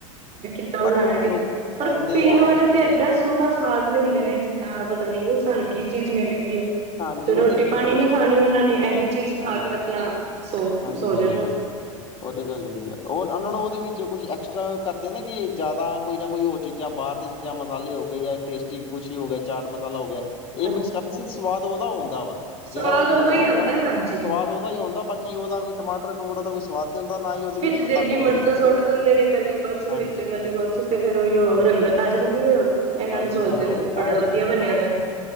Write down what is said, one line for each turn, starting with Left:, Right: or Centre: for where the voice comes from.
Right: ਪਰ ਕਿੱਦਾਂ ਬਣਾਉਣਾ
Left: ਹੁਣ
Right: ਕਿੱਦਾਂ
Left: ਲੋਕੀ
Right: ਪਰ
Left: ਖਾਂਦੇ
Right: ਪੀਣ
Left: ਆ ਹੁਣ
Right: ਵਾਲੇ ਤੇ ਏਡਾ ਸੋਹਣਾ ਸਵਾਦ ਲਿਆਂਦੇ ਨੇ, ਜਿਦਾ ਪਤਾ ਨੀ, ਸਾਨੂੰ ਕੀ ਚੀਜ਼ ਮਿਲ ਗਈ।
Left: ਹਾਂਜੀ ਉਹ
Right: ਰੋਟੀ
Left: ਤੇ ਹੈਗੀ
Right: ਪਾਣੀ ਨੀ ਖਾਣੀ ਉਹਨਾ ਨੇ ਇਹੀ ਚੀਜ਼ ਖਾ
Left: ਹਾਂਜੀ-
Right: ਕੇ ਆਪਣਾ ਸੋ
Left: ਹਾਂਜੀ,
Right: ਸੋ
Left: ਹਾਂਜੀ,
Right: ਜਾਣਾ।
Left: ਹਾਂਜੀ ਉਹ ਤੇ ਗੱਲ ਹੈਗੀ ਆ ਉਹ
Right: ਹਾਂਜੀ।
Left: ਉਹਨਾਂ ਨੂੰ ਉਹਦੇ ਵਿੱਚ ਕੁਛ ਐਕਸਟਰਾ ਕਰਦੇ ਨਾ ਕਿ ਜ਼ਿਆਦਾ ਕੋਈ ਨਾ ਕੋਈ ਹੋਰ ਚੀਜ਼ਾਂ ਬਾਹਰ ਦੀਆਂ ਚੀਜ਼ਾਂ ਮਸਾਲੇ ਹੋ ਗਏ ਜਾਂ ਟੇਸਟ, ਹੋ ਗਿਆ, ਚਾਟ ਮਸਾਲਾ ਹੋ ਗਿਆ। ਇਹ
Right: ਹਾਂਜੀ
Left: ਮਿਕਸ ਕਰਦੇ ਸੀ। ਸਵਾਦ ਉਹਦਾ ਆਉਂਦਾ ਵਾ,
Right: ਸਵਾਦ
Left: ਜਿਹੜਾ ਉਹ
Right: ਉਦੋਂ
Left: ਬਣਿਆ
Right: ਹੀ
Left: ਹੁੰਦਾ
Right: ਆਉਂਦਾ
Left: ਨਾ
Right: ਹਾਂਜੀ।
Left: ਸਵਾਦ ਉਹਦਾ ਹੀ ਆਉਂਦਾ ਬਾਕੀ ਉਹਦਾ ਕੋਈ ਟਮਾਟਰ ਟਮੂਟਰ ਦਾ ਕੋਈ ਸਵਾਦ ਨਹੀਂ ਹੁੰਦਾ ਨਾ ਹੀ ਉਹਦੇ
Right: ਵਿੱਚ
Left: ਕੋਈ
Right: ਦੇਗੀ
Left: ਤਾਕਤ
Right: ਮਿਰਚਾਂ
Left: ਹੁੰਦੀ ਹੈ
Right: ਸੁੱਟ ਦਿੰਦੇ ਨੇ ਕਦੀ ਕੁਛ ਦੇ
Left: ਹਾਂਜੀ
Right: ਵਿੱਚ ਕਦੀ ਕੁਛ ਤੇ ਫੇਰ ਉਹੀ ੳ
Left: ਹਾਂਜੀ
Right: ਰੰਗਤ ਆ ਜਾਂਦੀ ਹੈ, ਇਹਨਾਂ
Left: ਹਾਂਜੀ
Right: ਨੂੰ ਸੋਚਦੇ
Left: ਹਾਂ ਉਹ
Right: ਬੜਾ
Left: ਆਹ
Right: ਵਧੀਆ ਬਣਿਆ ਦਾ ਹੈ।